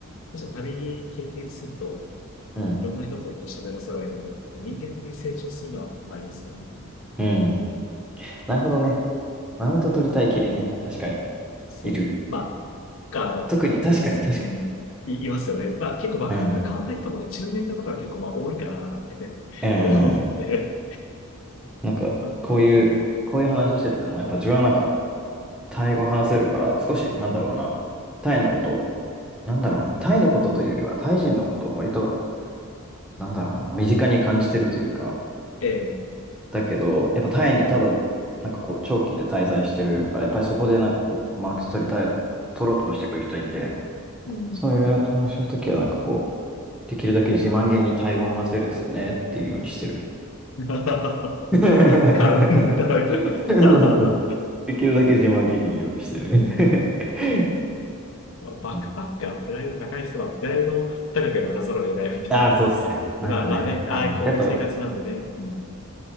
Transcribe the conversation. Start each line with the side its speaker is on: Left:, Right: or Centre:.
Left: むし旅経験すると、
Centre: うん。
Left: いろんな人とね、喋らされると、人間的に成長するのはありますよね。
Centre: うん。なるほどね。マウント取りたい系ね。確かに。
Left: そう。
Centre: いる。
Left: まあ、あの、
Centre: 特に、確かに、
Left: すうん、
Centre: 確かに。
Left: い、いますよね。まあ、結構バックパック変わった人もね、
Centre: うん。
Left: 中年の方は結構まあ多いかななんて
Centre: うん。
Left: <laughs> 思って、
Centre: うんなんか、
Left: まあ、
Centre: こういう、
Left: うん
Centre: こういう話してても、やっぱ自分はなんか、タイ語話せるから、少し、なんだろうな、タイのこと、なんだろうな、タイのことというよりは、タイ人のことを割と、なんだろうな、身近に感じてるというか、
Left: ええ
Centre: だけど、やっぱタイにただ、なんかこう、長期で滞在してるから、やっぱりそこでなんかこう、マウント取りたい、取ろうとしてくる人いて、
Left: うん。
Centre: そういう話の時はなんかこう、できるだけ自慢げにタイ語を話せるんですよねっていうようにしてる。
Left: <laughs>
Centre: <laughs>
Left: カウンターみたいな。
Centre: そうそうそうできるだけ自慢げに言うようにしてる。
Left: <laughs> うん。
Centre: <laughs>
Left: まあバックパックはプライド高い人は、
Centre: うん
Left: プライドを高くならざるを得ないみたいな。
Centre: ああ、そうっすね。
Left: <laughs> まあまあね、
Centre: なんかね、
Left: ああ、
Centre: あの、
Left: こういう生活なんでね。
Centre: やっぱ
Left: うん。